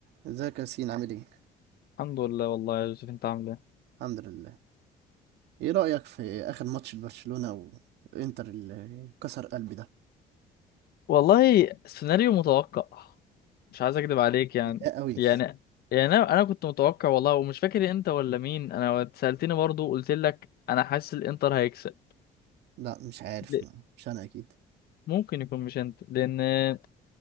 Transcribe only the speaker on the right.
ازيك يا ياسين عامل ايه؟
الحمد لله ايه رأيك في اخر ماتش لبرشلونة وانتر اللي كسر قلبي ده؟
متضايق قوي
لا مش عارف
ما. مش انا اكيد